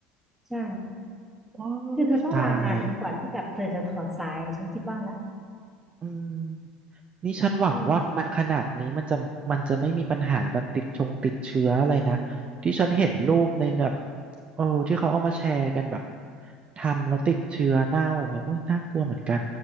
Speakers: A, in the centre; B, on the right.
A: ใช่
B: โอ้
A: คือเธอต้องลางานจนกว่าที่แบบเธอจะถอดสายฉันคิดว่านะ
B: ยตายอืมนี่ฉันหวังว่ามันขนาดนี้มันจะมันจะไม่มีปัญหาแบบติดชงติดเชื้ออะไรนะ
A: เออ
B: ที่ฉันเห็นรูปในแบบเออที่เขาเอามาแชร์กันแบบทำแล้วติดเชื้อเน่าอย่างเงี้ยโอ้ยน่ากลัวเหมือนกัน